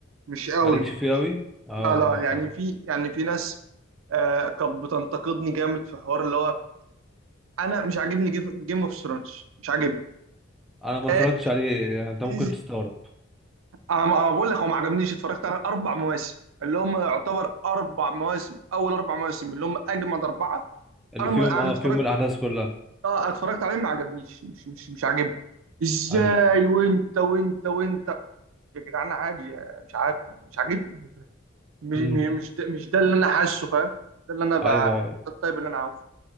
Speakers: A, on the right (about 80°); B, in the centre.
A: مش قوي
B: مالكش فيه قوي اه
A: لا لا
B: اه
A: يعني
B: فاهم
A: في يعني في ناس آه كانت بتنتقدني جامد في حوار اللي هو انا مش عاجبني جيم اوف ثرونز مش عاجبني
B: انا ما
A: آه
B: اتفرجتش عليه يعني انت ممكن
A: إز-
B: تستغرب
A: انا أنا بقول لك هو ما عجبنيش اتفرجت على اربع مواسم اللي هم يعتبر اربع مواسم اول اربع مواسم اللي هم اجمد اربعه
B: اللي
A: انا ما
B: في يوم اه
A: انا اتفرجت
B: في يوم الاحداث كلها
A: اه اتفرجت عليهم ما عجبنيش مش مش مش عاجبني ازاي
B: ايوه
A: وانت وانت وانت يا جدعان عادي آه، مش عارف مش عاجبني مش
B: امم
A: م- مش ده مش ده اللي انا حاسه فاهم ده اللي انا ب... ده
B: ايوه ايوه
A: الطيب اللي انا عاوزه